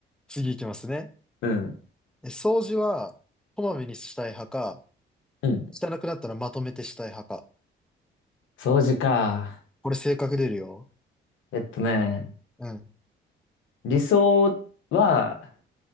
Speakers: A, in the centre; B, on the left (about 80°).
A: 次いきますね。
B: う。うん。う。
A: え掃除は、こまめにしたい派か、
B: ん。
A: 汚くなったらまとめてしたい派か。
B: 掃除か。
A: これ性格出るよ。
B: えっとね、
A: うん。
B: 理想は